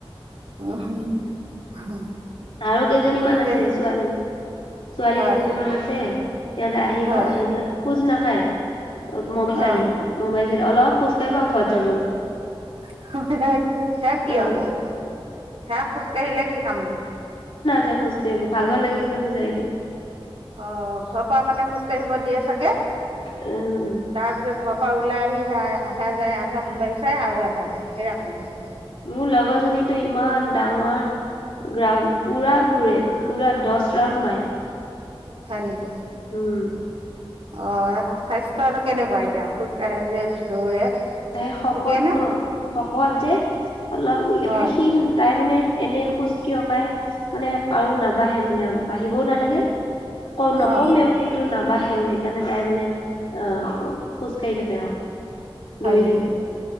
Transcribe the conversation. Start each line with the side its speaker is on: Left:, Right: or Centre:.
Right: <unintelligible>
Left: আৰু কেইজনীমান
Right: পিছে
Left: আছে ছোৱালী। ছোৱালী
Right: হয়
Left: কেইজনীমান আছে। সিহঁতে আহিব,
Right: হয়
Left: আহিব পেলাই খোজ নাকাঢ়ে। মবাইল চাই
Right: অঁ
Left: থাকিব। মবাইল অলপ খোজকাঢ়িব আৰু ঘৰত যাবগৈ।
Right: <unintelligible> সেয়া কি
Left: অ
Right: আকৌ, সেয়া খোজ কাঢ়িলে কি কাম দিব।
Left: সেয়া খোজকাঢ়িব। ভাগৰ লাগে সেইকাৰণে যাই গৈ।
Right: অঁ ঘৰৰ পৰা মানে খোজকাঢ়িব দিয়ে চাগে।
Left: উম
Right: তাৰপিছত ঘৰত পৰা ওলাই আহি হে, আধা যায়, আধা মোবাইল চাই আৰু আধা যায়। সেয়া কৰি থাকে মানে।
Left: মোৰ লগৰজনীতো, ইমান ডাঙৰ গ্ৰাড পুৰা ঘূৰে, পুৰা দহ ৰাউণ্ড মাৰে।
Right: হয় নেকি?
Left: উম'।
Right: অহ' স্বাস্থ্য আৰু কেনেকুৱা এতিয়া খোজ কাঢ়ে যে দৌৰে।
Left: তাই শকত
Right: ঠিকেই নে?
Left: ন, শকত যে অলপ
Right: হয়
Left: মানে শিন, তাই মানে এনেই খোজ কিয় কঢ়ায়ে, মানে আৰু নাবঢ়ে মানে বাঢ়িবও নালাগে। কওঁ, নকমেওঁ
Right: অ'
Left: কিন্তু নাবা নাবাঢ়েও। সেইকাৰণে তাই মানে অহ, খোজ কঢ়ি থাকে আৰু।
Right: হয়
Left: দৌৰি
Right: নেকি?
Left: থাকে।